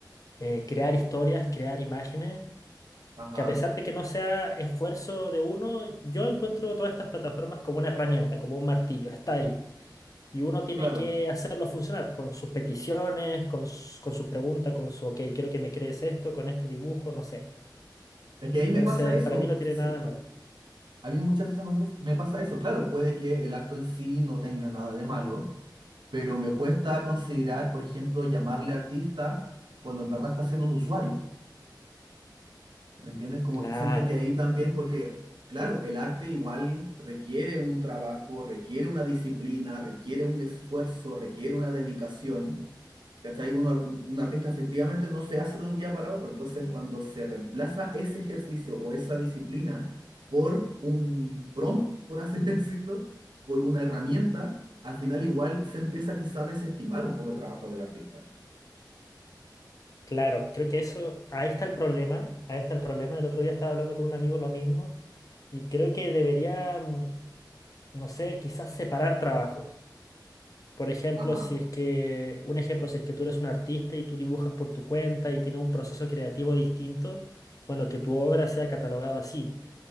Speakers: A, on the left; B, on the right.
A: eh, crear historias, crear imágenes,
B: ajá,
A: que a pesar de que no sea esfuerzo de uno, yo encuentro todas estas plataformas como una herramienta, como un martillo, está ahí. Y uno tiene
B: claro.
A: que hacerlo funcionar con sus peticiones, con, s- con sus preguntas, con su, ok, quiero que me crees esto, con este dibujo, no sé.
B: Es que ahí me
A: Entonces,
B: pasa eso.
A: para mí no tiene
B: se-
A: nada de malo.
B: A mí muchas veces me pas- me pasa eso. Claro, puede que el acto en sí no tenga nada de malo, pero me cuesta considerar, por ejemplo, llamarle artista cuando en verdad está siendo un usuario. ¿Me entiendes? Como
A: Claro,
B: que siento que ahí también, porque, claro, el arte igual requiere un trabajo, requiere una disciplina, requiere un esfuerzo, requiere una dedicación. ¿Cachai? Un, ar- un artista efectivamente no se hace de un día para otro. Entonces, cuando se reemplaza ese ejercicio o esa disciplina por un prompt, por así <laughs> decirlo, por una herramienta, al final igual se empieza quizá a desestimar un poco el trabajo del artista.
A: claro, creo que eso, ahí está el problema, ahí está el problema. El otro día estaba hablando con un amigo lo mismo y creo que debería, mm, no sé, quizás separar trabajos. Por ejemplo,
B: Ajá,
A: si es que, un ejemplo, si es que tú eres un artista y tú dibujas por tu cuenta y tienes un proceso creativo distinto, bueno, que tu obra sea catalogada así.